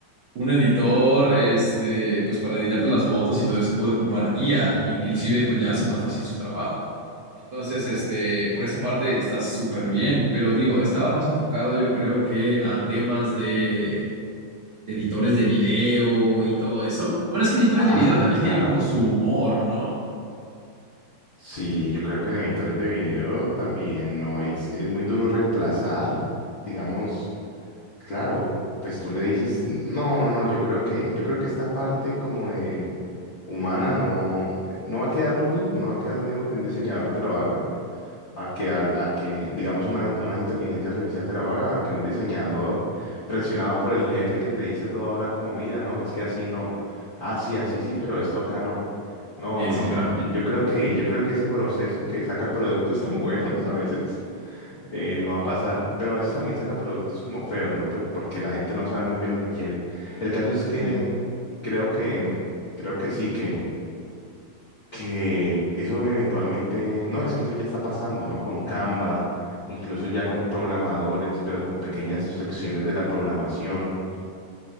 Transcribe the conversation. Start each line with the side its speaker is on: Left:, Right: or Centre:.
Right: un editor, este, pues para editarte las fotos y todo eso puede ocupar IA, inclusive pues ya hace más fácil su trabajo. Entonces, este, por esa parte está súper bien, pero digo, estaba más enfocado yo creo que a temas de editores de video y todo eso. Bueno, es que editores
Left: Ah,
Right: de video también
Left: claro.
Right: tienen como su humor, ¿no?
Left: Sí, yo creo que en editores de video también no es, es muy duro reemplazar, digamos. Claro, pues tú le dices, no, no, no, yo creo que, yo creo que esta parte como de humana no, no va a quedar lo mismo, no va a quedar lo mismo que un diseñador te lo haga, a que, al- a que digamos una, una inteligencia artificial te lo haga, a que un diseñador presionado por el jefe que le dice a toda hora como, mira, no, es que así no, así así sí, pero esto acá no. No,
Right: Sí,
Left: no,
Right: sí,
Left: no,
Right: claro.
Left: yo, yo creo que, yo creo que ese proceso que saca productos tan <laughs> buenos a veces eh, no va a pasar. Pero a veces también saca productos como feos, ¿no? Pero porque la gente no sabe muy bien lo que quiere. El caso es
Right: Sí,
Left: que
Right: sí, sí.
Left: creo que, creo que sí, que, que eso eventualmente, no, es que eso ya está pasando, ¿no? Con Canva, incluso ya con programadores, pero con pequeñas secciones de la programación.